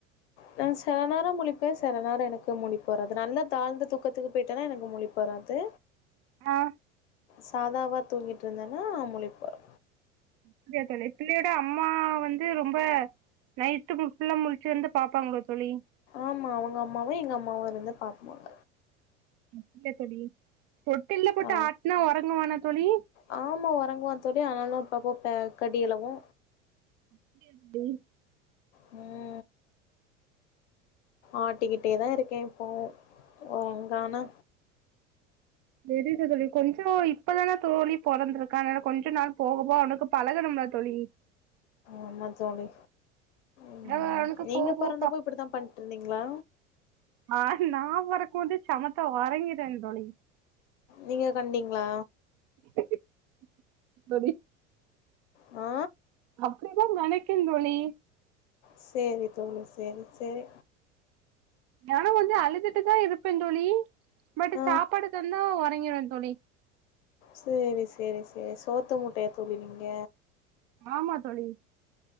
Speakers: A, on the left; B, on the right.
A: நா சில நேரொ முழுப்பே செல நேரொ எனக்கு முழிப்பு வராது நல்லா தாழ்ந்த தூக்கத்துக்கு போயிட்டனா எனக்கு முழிப்பு வராது
B: ஆ
A: சாதாவா தூங்கிட்ருந்தனா முழிப்பு வரு
B: அப்டியா தோழி பிள்ளையோட அம்மா வந்து ரொம்ப நைட்டு ஃபுல்லா முழ்ச்சு வந்து பாப்பாங்களா தோழி
A: ஆமா அவ்ங்க அம்மாவு எங்க அம்மாவு இருந்து பாப்பாங்க
B: அப்டியா தோழி தொட்டில்ல போட்டு
A: ஆ
B: ஆட்னா ஒரங்குவானா தோழி
A: ஆமா ஒரங்குவா தோழி ஆனாலு அப்பப்போ க கடியளவு
B: <inaudible>
A: ம் ஆட்டிக்கிட்டே தா இருக்கே இப்பவு ஒரங்றானா
B: தெரிது தோழி கொஞ்சொ இப்பதான தோழி போறந்த்ருக்கா அனால கொஞ்ச நாள் போக போ அவனுக்கு பழகணும்ல தோழி
A: ஆமா தோழி ம்
B: அதா அவனுக்கு
A: நீங்க
B: போக போக
A: பொறந்தப்போ
B: ப
A: இப்டித்தா பண்ணிட்ருந்தீங்ளா
B: ஆ நா வொறக்கம் போது சமத்த வொறங்கிட்டே தோழி
A: நீங்க கண்டிங்ளா
B: <unintelligible> தோழி
A: ஆ
B: அப்டிதா நெனைக்கேந் தோழி
A: செர் தோழி செரி செரி
B: நானு கொஞ்சோ அழுதுட்டுதா இருப்பே தோழி பட்
A: ஆ
B: சாப்பாடு தாந்தா வொறங்கிடுவே தோழி
A: செரி செரி செரி சோத்து மூட்டையா தோழி நீங்க
B: ஆமா தோழி